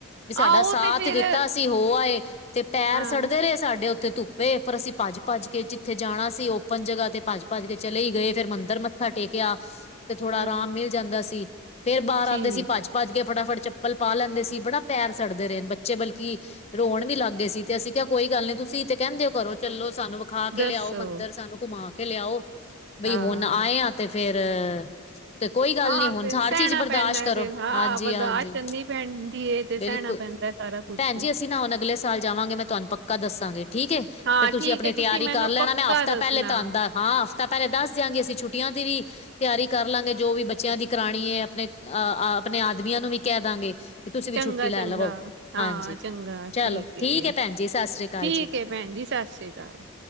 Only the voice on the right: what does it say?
ਆਹੋ
ਤੇ ਫੇਰ
ਹਾਂ
ਹਾਂ
ਠੀਕ
ਦੱਸੋ
ਹਾਂ
ਹਾਂ
ਫਿਰ
ਸਹਿਣਾ
ਪੈਂਦਾ ਹੈ
ਫਿਰ ਹਾਂ
ਬਰਦਾਸ਼ਤ
ਕਰਨੀ ਪੈਂਦੀ ਏ ਤੇ
ਸਹਿਣਾ ਪੈਂਦਾ ਹੈ ਸਾਰਾ ਕੁਛ
ਹਾਂ
ਠੀਕ
ਹੈ
ਮੈਨੂੰ
ਪੱਕਾ
ਦੱਸਣਾ
ਚੰਗਾ
ਚੰਗਾ
ਹਾਂ
ਚੰਗਾ
ਏ
ਠੀਕ
ਹੈ ਭੈਣ ਜੀ ਸਤਿ ਸ਼੍ਰੀ ਅਕਾਲ।